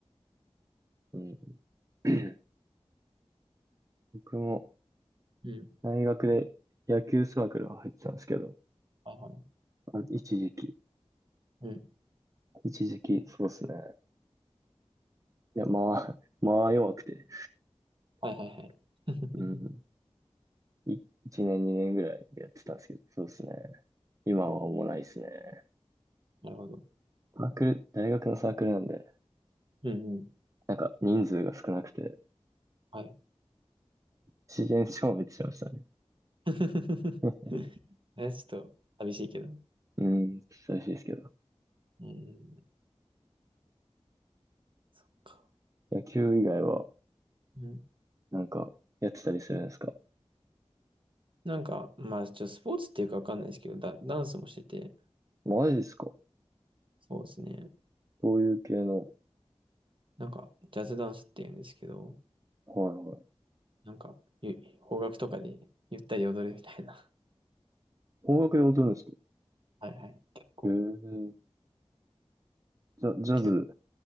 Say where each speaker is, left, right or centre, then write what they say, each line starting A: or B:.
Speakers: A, on the right (about 30°); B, on the right (about 50°).
A: うん。<laughs> <clears throat> 僕も
B: うん。
A: 大学で野球サークルが入ってたんですけど、
B: はいはい。
A: あ一時期、
B: うん。
A: 一時期、そうですね。いや、まあ、<laughs> まあ弱くて、
B: はいはいはい。<laughs>
A: うん、1年、2年ぐらいやってたんですけど、そうですね。今はもうないですね。
B: うんなるほど。
A: サークル、大学のサークルなんで、
B: うんうん。
A: なんか人数が少なくて、
B: はい。
A: 自然消滅しましたね。
B: <laughs>
A: <laughs>
B: え、ちょっと寂しいけど。
A: うん、寂しいですけど。
B: うん。そっか。
A: 野球以外は、
B: うん。
A: なんか、やってたりするんですか
B: なんか、まあ、ちょっとスポーツっていうかわかんないですけど、ダ、ダンスもしてて、
A: マジですか
B: そうですね。
A: どういう系の、
B: なんか、ジャズダンスっていうんですけど、
A: はいはい。
B: なんか、ゆ邦楽とかでゆったり踊るみたいな。
A: 邦楽で踊るんですか
B: はいはい。結構、
A: へえ、じゃジャズ
B: 軽音。